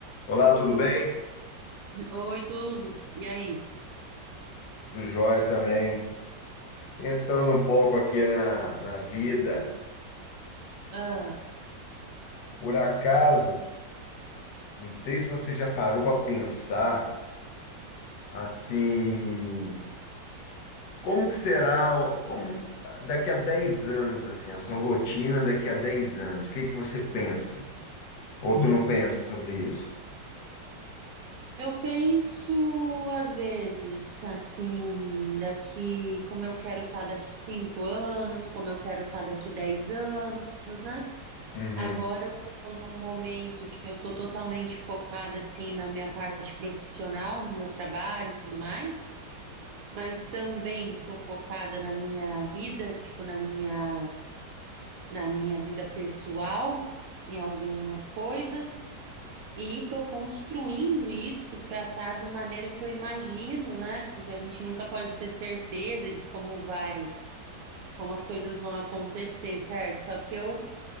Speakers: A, on the left; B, on the right.
A: Olá, tudo
B: O-
A: bem?
B: Oi, tudo. E aí?
A: Tudo jóia também. Pensando um pouco aqui na, na vida,
B: Ah,
A: por acaso, não sei se você já parou para pensar assim, como que será, o- como daqui a 10 anos, assim, a sua rotina daqui a 10 anos, o que que você pensa? Ou tu não pensa sobre isso?
B: eu penso, às vezes, assim, daqui, como eu quero estar daqui cinco anos, como eu quero estar daqui dez anos, né?
A: Uhum,
B: Agora eu estou num momento que eu estou totalmente focada, assim, na minha parte profissional, no meu trabalho e tudo mais, mas também estou focada na minha vida, tipo, na minha, na minha vida pessoal, em algumas coisas. E estou construindo isso para estar da maneira que eu imagino, né? Porque a gente nunca pode ter certeza de como vai, como as coisas vão acontecer, certo? Só que eu